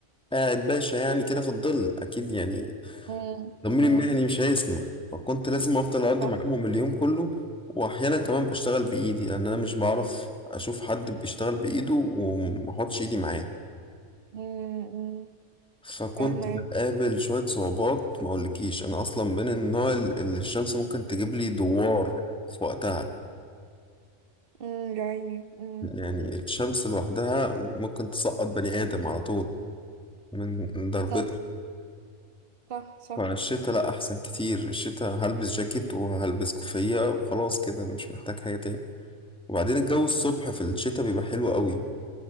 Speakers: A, in the centre; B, on the right.
A: قاعد باشا يعني كده في الظل اكيد يعني
B: أمم،
A: ضميري
B: أمم،
A: المهني مش هيسمح فكنت لازم افضل اقضي
B: صح
A: معاهم اليوم كله واحيانا كمان بشتغل بايدي لان انا مش بعرف اشوف حد بيشتغل بايده وما احطش ايدي معاه
B: أمم، أمم،
A: فكنت
B: فاهمه
A: بقابل شوية صعوبات ما اقولكيش انا اصلا من النوع اللي الشمس ممكن تجيب لي دوار في وقتها
B: أمم، يا عيني أمم،
A: يعني الشمس لوحدها ممكن تسقط بني ادم على طول من ضربتها
B: صح صح صح
A: فالشتا لا احسن كتير الشتا هلبس جاكيت وهلبس كوفية وخلاص كده مش محتاج حاجة تاني وبعدين الجو الصبح في الشتاء بيبقى حلو قوي